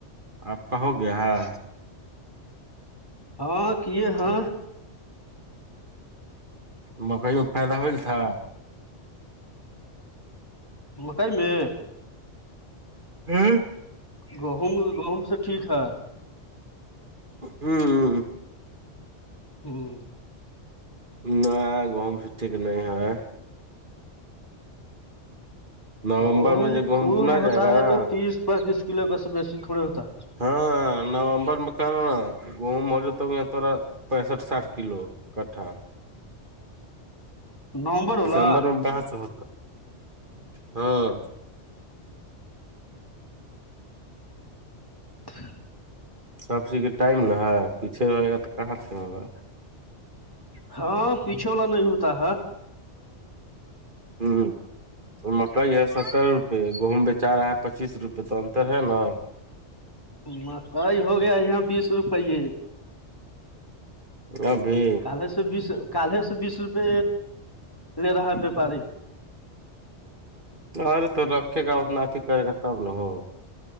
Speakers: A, on the right (about 45°); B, on the left (about 20°).
A: آپ کہو گیا ہے
B: ہاں کی ہاں
A: مکئیوں فائدہ ہول تھا
B: مکائی میں
A: ہوں
B: گہوم گہوم سے ٹھیک ہے
A: ہوں
B: ہوں
A: نہ گہم ٹھیک نہیں ہے نومبر
B: اہوم
A: میں جو گہم
B: خوب
A: بنا
B: ہوتا
A: جائے گا
B: ہے
A: نا
B: تو تیس پینتیس کلو کاس بیسی تھوڑی ہوتا ہے
A: ہاں نومبر میںکان گوم ہو تو یہ توورا پینسٹھ ساٹھ کلو کٹھا
B: نومبر ہولا
A: دسمبر میں باہر سے ہوتا ہاں
B: ہ
A: سب چیز کے ٹائم نا ہے پیچھے رہے گا تو کہاں سے ہوگا
B: ہاں پیچھے والا نہیں ہوتا ہے
A: ہوں مکئی ہے ستر روپ گہم بیچار رہا ہے پچیس روپے تو انتر ہے نا
B: مکئی ہوگیا یہاں بیس روپیے
A: ابھی
B: کالے سے بیس کالے سے بیس روپے لے رہا ہے وپاری
A: ارے تو رکھے گا اتناتی کرے گا تب ن ہو